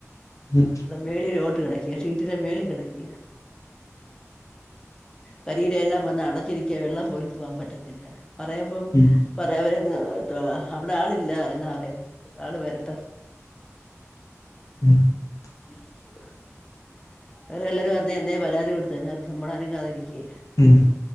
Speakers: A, on the left; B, on the left.
A: ഉം
B: മേളിലോട്ട് കിടക്കിയാ ഷീറ്റിന്റ് മേളി കിടക്കിയ കരിയില എല്ലാം വന്ന് അടഞ്ഞിരിക്കാ വെള്ളം പോലും പോവാൻ പറ്റത്തില്ല പറയുമ്പം
A: ഉം
B: പറയാ അവരങ്ങ് ത്തോ അവിടെ ആളില്ല എന്നാ പറയുന്നത് ആള് വരട്ടെന്ന്
A: <inaudible>
B: <unintelligible> വേറെ വലോരും പറഞു എന്നേ പരാതി കൊടുത്തെന്നാരുന്നു നമ്മളാരേം കാതിരിക്കേ
A: ഉം